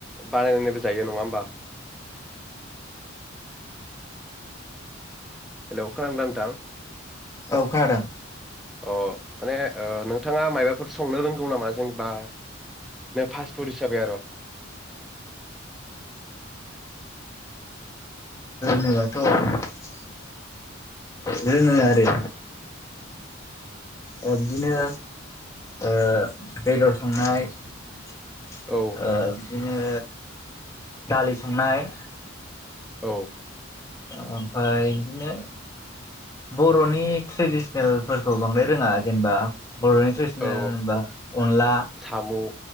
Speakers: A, in the centre; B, on the left (about 15°).
A: बानायनायबो जायो नङा होमबा हेल' खोनादोंना नोंथां
B: औ खोनादों
A: अ माने ओ नोंथाङा मायबाफोर संनो रोंगौ नामा जेनेबा फास्ट फुड हिसाबै आरो
B: होनोब्लाथ' रोङो आरो ओ बिदिनो ओ बेदर संनाय ओ
A: औ
B: बिदिनो दालि संनाय
A: औ
B: ओमफ्राय बिदिनो बर'नि ट्रेडिसनेलफोरखौ बांद्राय रोङा जेनेबा बर'नि ट्रेडिसनेल
A: औ
B: होनबा अनला
A: साम'